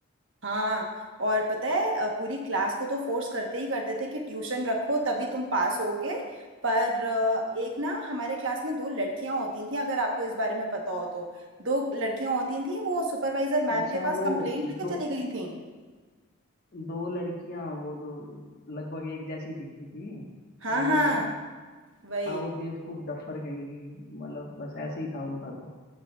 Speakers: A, on the right; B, on the left.
A: हाँ और पता है अ, पूरी क्लास को तो फोर्स करते ही करते थे कि ट्यूशन रखो तभी तुम पास होगे पर अ, एक ना हमारे क्लास में दो लड़कियां होती थी अगर आपको इस बारे में पता हो तो दो लड़कियां होती थी वो सुपरवाइजर मैम
B: अच्छा
A: के पास
B: वो
A: कंप्लेंट लेके
B: दो
A: चली गई थी
B: दो लड़कियां वो जो लगभग एक जैसी दिखती थी
A: हाँ
B: वही
A: हाँ
B: वाली ना
A: वही
B: हाँ वो बेवकूफ डफर कहेंगी मतलब बस ऐसे ही था उनका तो